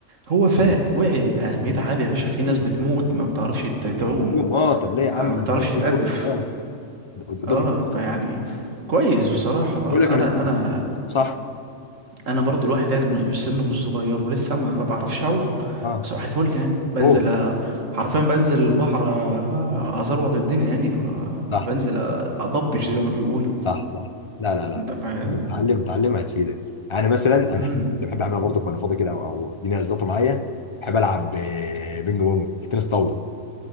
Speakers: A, on the right (about 80°); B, on the left (about 45°).
A: هو فاق وعي لأهميتها عادي يا باشا في ناس
B: <laughs>
A: بتموت ما بتعرفش ت- تعوم
B: اه طب ليه يا عم
A: آه، ما
B: لما
A: بتعرفش
B: انا قلت
A: تأدف
B: لك فرصه اه قدامك
A: اه فيعني كويس بصراحة
B: يقول لك
A: انا
B: انا
A: انا
B: صح
A: انا برضو الواحد يعني م- سنه مش صغير ولسه ما بعرفش اعوم
B: اه
A: صباح الفل يعني بنزل
B: اوه
A: أ- حرفيا بنزل البحر أ- ازروط الدنيا يعني ف-
B: صح
A: بنزل أ- اضبش زي ما بيقولوا
B: صح صح لا لا لا
A: انت
B: لا
A: فاهم
B: اتعلم اتعلم هتفيدك انا مثلا
A: امم
B: انا بحب بحب اعمل برضه وانا فاضي كده او او الدنيا زلطه معايا بحب العب آه، بينج بونج تنس طاوله